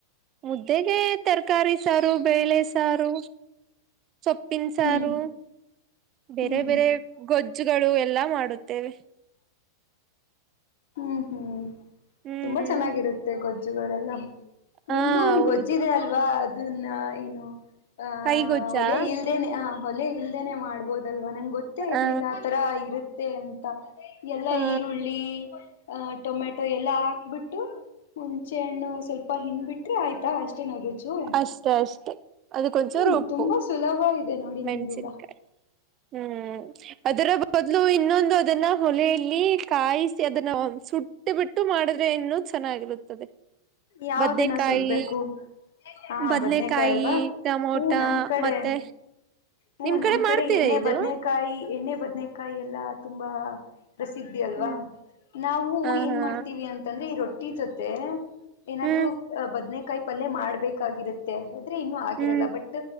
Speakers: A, on the right; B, on the left.
A: ಮುದ್ದೆಗೆ ತರಕಾರಿ ಸಾರು ಬೇಳೆ ಸಾರು ಸೊಪ್ಪಿನ ಸಾರು
B: ಹ್ಮ್
A: ಬೇರೆ
B: ಹ್ಮ್
A: ಬೇರೆ ಗೊಜ್ಜುಗಳು ಎಲ್ಲಾ ಮಾಡ ಬತ್ತೇವೆ
B: ಹ್ಮ್ ಹ್ಮ್
A: ಹ್ಮ್
B: ತುಂಬಾ ಚೆನ್ನಾಗಿರುತ್ತೆ ಗೊಜ್ಜುಗಳೆಲ್ಲ
A: ಹಾ
B: ನಿಮ್ದು ಒಂದ್
A: ಹೌದು
B: ಗೊಜ್ಜಿದೆ ಅಲ್ವಾ ಅದನ್ನ ಏನು ಆ
A: ಕೈಗೊಜ್ಜಾ
B: ಒಲೆ ಇಲ್ದೇನೆ ಆ ಹೊಲೆ ಇಲ್ದೇನೆ ಮಾಡ್ಬೋದಲ್ ಅಲ್ವಾ ನಂಗೆ ಗೊತ್ತೇ
A: ಹ
B: ಇರ್ಲಿಲ್ಲ ಆ ತರ ಇರುತ್ತೆ ಅಂತ ಎಲ್ಲಾ
A: ಹಾ
B: ಈರುಳ್ಳಿ ಅ ಟೊಮೆಟೊ ಎಲ್ಲ ಹಾಕ್ಬಿಟ್ಟು ಮುಂಚೆ ಹಣ್ಣು ಸ್ವಲ್ಪ ಹಿಣ್ಬಿಟ್ರೆ ಆಯ್ತಾ ಅಷ್ಟ ನಗಜು
A: ಅಷ್ಟೆ ಅಷ್ಟೆ ಅದಕ್ಕೊಂಚೂರು
B: ಹ್ಮ್
A: ಉಪ್ಪು
B: ತುಂಬಾ ಸುಲಭ ಇ ದೆ ನೋಡಿ
A: ಮೆಣಸಿನ್ಕಾಯಿ
B: ನಿಮ್ದಲ್ಲ
A: ಹ್ಮ್ ಅದರ ಬದ್ಲು ಇನ್ನೊಂದು ಅದನ್ನ ಹೊಲೆಯಲ್ಲಿ ಕಾಯ ಅದನ್ನ ಒ ಸುಟ್ಟು ಬಿಟ್ಟು ಮಾಡಿದ್ರೆ ಇನ್ನುೂ ಚೆನ್ನಾಗಿರುತ್ತದೆ
B: ಯಾವ
A: ಬದ್ನೆಕಾಯಿ
B: ದಿನ ಸುಡ್ಬೇಕು ಹಾ
A: ಬದ್ನೆಕಾಯಿ
B: ಬದ್ನೇಕಾಯಿ ಅಲ್ವಾ
A: ಟಮೊಟ
B: ಹ್ಮ ನಮ್ ಕಡೆ
A: ಮತ್ತೆ
B: ಹ್ಮ
A: ನಿಮ್
B: ನಮ್ ಕಡೆ
A: ಮಾಡ್ತೀರಾ
B: ಎಣ್ಣೆ
A: ಇದು
B: ಬದ್ನೆಕಾಯಿ ಎಣ್ಣೆ ಬದ್ನೆಕಾಯಿ ಎಲ್ಲ ತುಂಬಾ ಪ್ರಸಿದ್ಧಿ ಅಲ್ವಾ
A: ಹ್ಮ್
B: ನಾವು
A: ಹಾ
B: ಏನ್
A: ಹಾ
B: ಮಾಡ್ತೀವಿ ಅಂತಂದ್ರೆ ಈ ರೊಟ್ಟಿ ಜೊತೆ ಏನಾದ್ರು
A: ಹ್ಮ್
B: ಬದ್ನೆಕಾಯಿ ಪಲ್ಯ ಮಾಡ್ಬೇಕಾಗಿರುತ್ತೆ ಆದ್ರೆ ಇನ್ನುೂ ಆಗಿರಲ್ಲ
A: ಹ್ಮ್
B: ಬಟ್